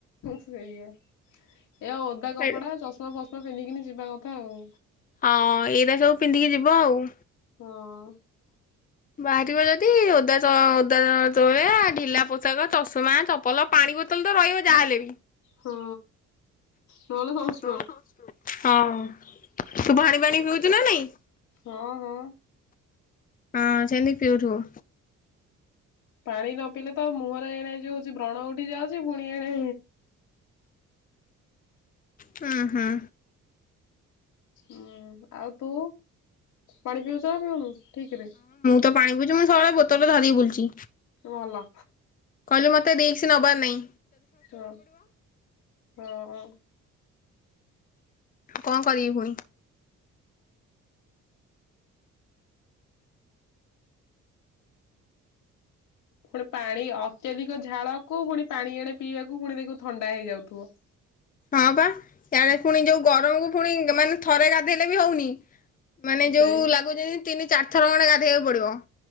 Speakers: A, on the left; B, on the left.
A: ସେଇଆ। ଏ ଓଦା କପଡା
B: ଏଇଟା
A: ଚଷ ନୂଆ ବସ୍ତ୍ର ପିନ୍ଧିକିନି ଯିବା କଥା ଆଉ।
B: ହଁ ଏଇରା ସବୁ ପିନ୍ଧିକି ଯିବ ଆଉ।
A: ହଁ।
B: ବାହାରିବ ଯଦି, ଓଦା ତ ଓଦା ତଳେ ଢିଲା ପୋଷାକ ଚଷମା ଚ ପଲ, ପାଣି ବୋତଲ ତ ରହିବ ଯାହାହେଲେ ବି।
A: ହଁ ନହେଲେ ସନଷ୍ଟ୍ରୋକ୍।
B: ତଳେ ସମସ୍ତେ ଶଉଛୂ, ହଁ ତୁ ପାଣି ଫାଣି ପିଉଛୁ ନା ନାଇଁ।
A: ହଁ ହଁ।
B: ହଁ ସେମିତି ପିଉଥିବୁ।
A: ପାଣି ନ ପିଲେ ତ, ମୁହଁରେ ଏଣେ ଯଉ ହଉଛି ବ୍ରଣ ଉଠି ଯାଉଛି ଫୁଣି ଏଣେ
B: ହୁଁ ହୁଁ।
A: ଉଁ ଆଉ ତୁ, ପାଣି ପିଉଛୁ ନା ପିଉନୁ ଠିକ ରେ।
B: ତୁ ପାଣି ପିଉଚୁ ମୁଁ ସବୁଳେ ବୋତଲ ଧରିକି ବୁଲୁଚି।
A: ଭଲ।
B: କଇଲୁ ମତେ ରିସ୍କ ନବାର ନାଇଁ।
A: ହଁ ହଁ ହଁ।
B: କଣ କରିବି ପୁଣି।
A: ପୁଣି ପାଣି ଅତ୍ୟଧିକ ଝାଳକୁ ପୁଣି ପାଣି ଏଣେ ପିଇବାକୁ ପୁଣି ଦେଖିବୁ ଥଣ୍ଡା ହେଇଯାଉଥିବ।
B: ହଁ ପା ଇଆଡେ ପୁଣି ଯୋଉ ଗରମକୁ ପୁଣି ମାନେ ଥରେ ଗାଧେଇଲେ ବି ହଉନି। ମାନେ ଯୋଉ
A: ସେଇ
B: ଲାଗୁଚି ଜେନ୍ତି ତିନି ଚାରିଥର ଖଣ୍ଡେ ଗାଧେଇବାକୁ ପଡିବ।